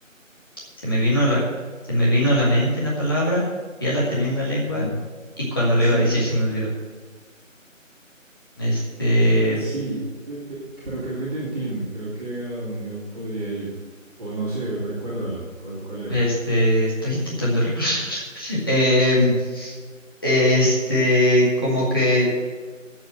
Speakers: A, on the left (about 15°); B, on the right (about 30°).
A: se me vino a la, se me vino a la mente la palabra, ya la tenía en la lengua
B: Ujú,
A: y cuando le
B: Sí,
A: iba a decir se me olvidó. Este,
B: Eh, p- sí, pe- pe- pero creo que te entiendo. Creo que a dónde podría ir. O no sé, recuérdala. ¿Cuál, cuál era?
A: este, estoy intentando recordar. <laughs> Em, este, como que